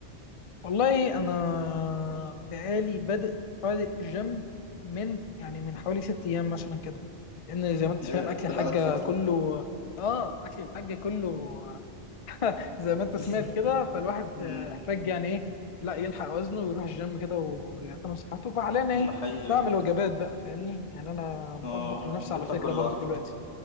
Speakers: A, on the left; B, on the left.
A: والله انا بقالي بادئ بادئ جيم من يعني من حوالي ست ايام مثلا كده لان زي ما انت
B: ايه
A: فاهم اكل
B: انت
A: الحاجه
B: بقالك فتره
A: كله اه اكل الحاجه كله <laughs> زي ما انت سمعت
B: <laughs>
A: كده فالواحد
B: امم
A: آه، احتاج يعني ايه لا يلحق وزنه ويروح الجيم كده ويعتني بصحته فحاليا انا
B: ده
A: ايه
B: حقيقة
A: بعمل وجبات بقى فاهمني يعني انا
B: اه
A: بطبخ لنفسي
B: انت
A: على
B: بتاكل
A: فكره برضو
B: لوحدك
A: دلوقتي